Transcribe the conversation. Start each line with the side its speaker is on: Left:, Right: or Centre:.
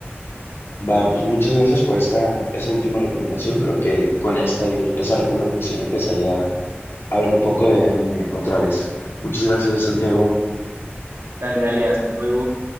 Left: Va, pues muchas gracias por esta, esa última recomendación. Creo que con esta, esa recomendación empezaré a, a ver un poco de anime otra vez. Muchas gracias, Santiago.
Right: Dale, dale, hasta luego.